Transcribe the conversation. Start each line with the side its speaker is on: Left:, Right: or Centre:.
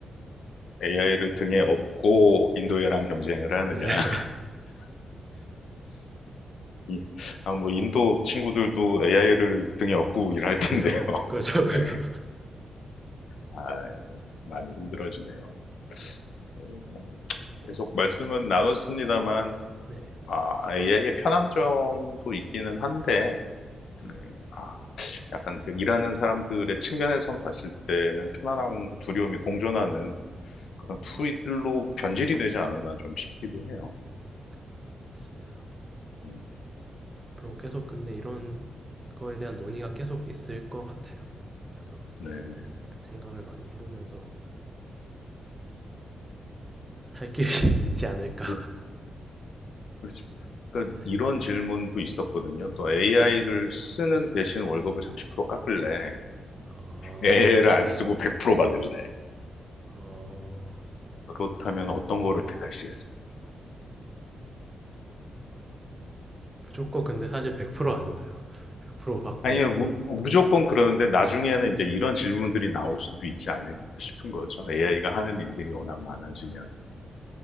Left: AI를 등에 업고 인도애랑 경쟁을 하느냐?
Right: 네. <laughs>
Left: <laughs> 이- 아, 뭐 인도 친구들도 AI를 등에 업고 일할 텐데,
Right: 그죠.
Left: <laughs>
Right: 그죠. 그죠.
Left: 예. 아, 많이 힘들어지네요. 예, 뭐, 계속 말씀은 나눴습니다만,
Right: 네.
Left: 아, AI의 편함점도 있기는 한데. 네. 아, 약간 그 일하는 사람들의 측면에선 봤을 때는 편안함과 두려움이 공존하는 그런 투일로 변질이 되지 않았나 좀 싶기도
Right: 음,
Left: 해요.
Right: 맞습니다.
Left: 음,
Right: 앞으로 계속 근데 이런 거에 대한 논의가 계속 있을 것 같아요. 그래서
Left: 네.
Right: 저희도 생각을 많이 해보면서 살 길이 <laughs> 있지 않을까.
Left: 그- 그- 그러니까
Right: 네.
Left: 이런 질문도 있었거든요. 또 AI를
Right: 네.
Left: 쓰는 대신 월급을 30% 깎을래?
Right: 아,
Left: AI를 안 쓰고 100% 받을래?
Right: 어,
Left: 그렇다면 어떤 거를 택하시겠습니까?
Right: 무조건 근데 사실 100% 아닌가요? <laughs> 100% 받고,
Left: 아니, 무, 무조건
Right: 네.
Left: 그러는데 나중에는 이제 이런 질문들이 나올 수도 있지 않을까 싶은 거죠. AI가 하는 일들이 워낙 많아지면.